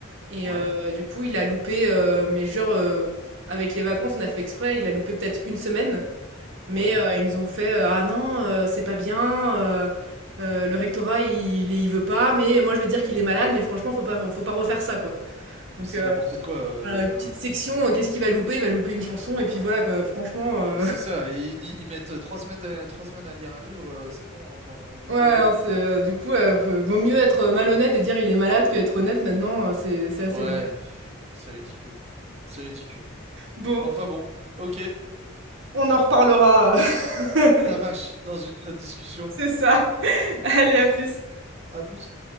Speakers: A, on the right (about 65°); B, on the right (about 35°).
A: et
B: Ouais,
A: heu, du coup, il a loupé, heu, mais genre, heu, avec les vacances, on a fait exprès, il a loupé peut-être une semaine, mais
B: ouais.
A: heu, ils nous ont fait, heu: «Ah non, heu, c'est pas bien, heu heu, le rectorat il il il veut pas, mais moi je veux dire qu'il est malade, mais franchement faut pas faut pas refaire ça quoi».
B: Non,
A: Donc
B: mais c'est
A: heu,
B: n'importe quoi, euh,
A: voilà,
B: enfin,
A: OK. petite
B: je
A: section,
B: veux dire.
A: heu, qu'est-ce qu'il va louper? Il va louper une chanson et puis voilà quoi, franchement,
B: Mais
A: heu
B: c'est ça, ils, li- ils mettent euh, trois semaines à, trois semaines à lire un livre, euh, c'est bon, enfin, je veux
A: Ouais,
B: dire. euh,
A: hein, c'est, heu, du coup, heu, v vaut mieux être, euh, malhonnête et dire: «Il est malade» que être honnête maintenant, heu, c'est c'est assez
B: Ouais,
A: dingue.
B: pff, c'est ridicule, c'est ridicule.
A: Bon,
B: Enfin bon, ok,
A: on en reparlera, heu.
B: ça
A: <laughs>
B: marche dans une autre discussion.
A: C'est ça. <laughs> Allez, à plus.
B: À plus.